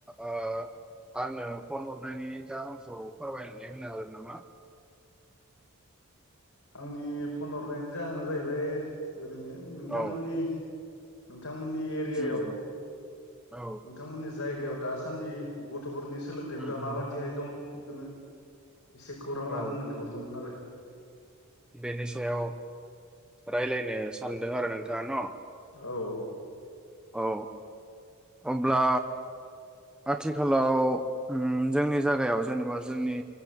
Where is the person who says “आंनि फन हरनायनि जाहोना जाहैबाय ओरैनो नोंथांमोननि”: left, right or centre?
Left